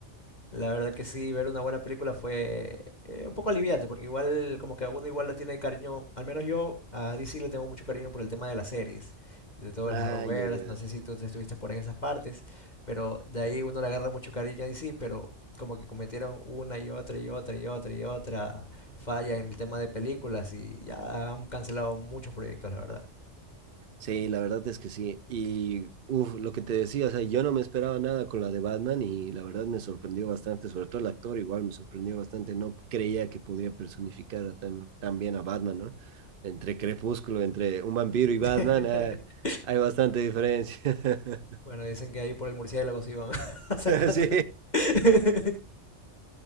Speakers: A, on the left; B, on the right.
A: la verdad que sí, ver una buena película fue eh, un poco aliviante, porque igual como que a uno igual le tiene cariño, al menos yo a DC le tengo mucho cariño por el tema de las series, de todo el
B: Ay,
A: Arrowverse,
B: ay, ay.
A: no sé si tú te estuviste por ahí en esas partes, pero de ahí uno le agarra mucho cariño a DC, pero como que cometieron una y otra y otra y otra y otra falla en el tema de películas y ya han cancelado muchos proyectos, la verdad.
B: Sí, la verdad es que sí. Y uf, lo que te decía, o sea, yo no me esperaba nada con la de Batman y la verdad me sorprendió bastante, sobre todo el actor igual me sorprendió bastante, no creía que podía personificar a tan, tan bien a Batman, ¿no? Entre Crepúsculo, entre un vampiro y Batman,
A: <laughs>
B: ah, hay bastante diferencia. <laughs>
A: Bueno, dicen que ahí por el murciélago se iban <laughs> acercando.
B: Sí.
A: <laughs>